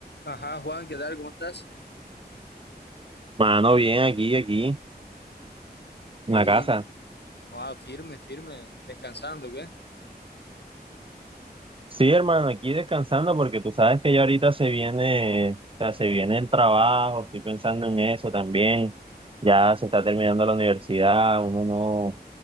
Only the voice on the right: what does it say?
Mano, bien, aquí, aquí, en
la casa.
Sí, hermano, aquí descansando porque tú sabes que ya ahorita se viene, o sea, se viene el trabajo, estoy pensando en eso también. Ya se está terminando la universidad, uno no,